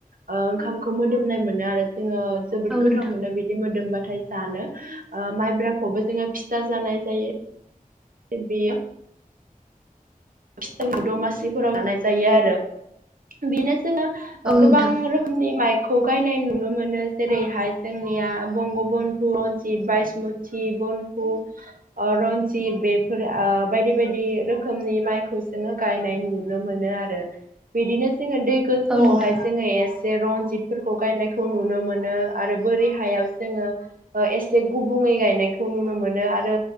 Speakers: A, on the right (about 70°); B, in the centre.
A: ओ ओंखामखौ मोदोमनाय मोनो आरो जोंङो जोबोद
B: औ
A: गोथाव
B: नोंथां
A: मोनो बिदि मोदोमबाथाय जानो ओ माइब्राखौबो जोंङो फिथा जानाय जायो। बे बियो फिथा दमासिफोराव जानाय जायो आरो बेनो जोंङो ओ
B: औ
A: गोबां
B: नोंथां
A: रो खोमनि माइखौ गायनाय नुनो मोनो जेरैहाय जोंनिया बंगबन्धु, रनजित, बायसमु थि बन्धु ओ रनजित बेफोर ओ बायदि बायदि रोखोमनि माइ खौ जोंङो गायनाय नुनो मोनो आरो बिदिनो जोंङो दै गोथौआवहाय
B: औ नोंथां
A: जोंङो एसे बे रनजितफोरखौ गायनायखौ नुनो मोनो आरो बोरि हायाव जोंङो एसे गुबुंङै गायनायखौ नुनो मोनो आरो